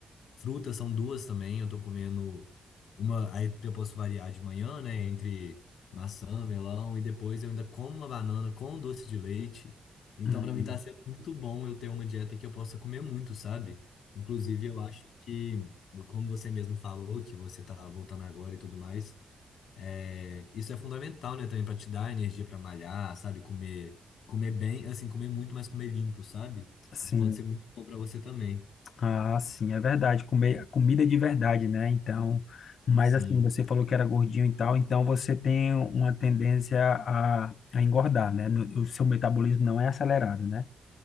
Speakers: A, on the left (about 80°); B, on the left (about 65°).
A: frutas são duas também. Eu tô comendo uma. Aí eu posso variar de manhã, né? Entre maçã, melão, e depois eu ainda como uma banana com doce de leite. Então,
B: Hum.
A: pra mim, tá sendo muito bom eu ter uma dieta que eu possa comer muito, sabe? Inclusive, eu acho que, como você mesmo falou, que você tá voltando agora e tudo mais, é, isso é fundamental, né? Também pra te dar energia pra malhar, sabe? Comer, comer bem, assim, comer muito, mas comer limpo, sabe?
B: Sim,
A: Isso pode ser muito bom pra você também.
B: ah, sim, é verdade. Comer comida de verdade, né? Então, mas
A: Sim.
B: assim, você falou que era gordinho e tal, então você tem uma tendência a, a engordar, né? No- O seu metabolismo não é acelerado, né?